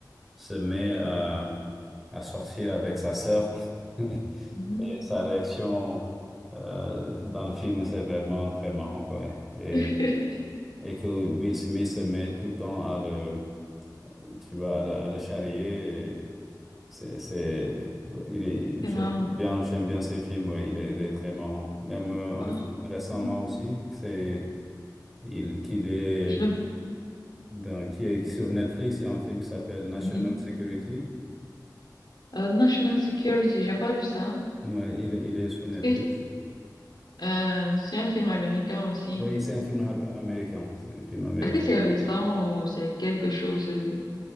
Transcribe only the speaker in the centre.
se met à, à sortir avec sa sœur, <laughs>
et sa réaction euh, dans le film, c'est vraiment très marrant, quoi. Et,
et que Will Smith se met tout le temps à le, tu vois, à le, à le charrier. C'est, c'est, il est,
j'aime
bien, j'aime bien ce film, ouais, il est, il est très marrant. Même euh,
un film récemment
aussi, c'est, il, qu'il est
dans, qui est sur Netflix, il y a un film qui s'appelle National
Security.
Ouais, il, est- il est sur
Netflix.
Oui, c'est un film am- américain. C'est un film américain.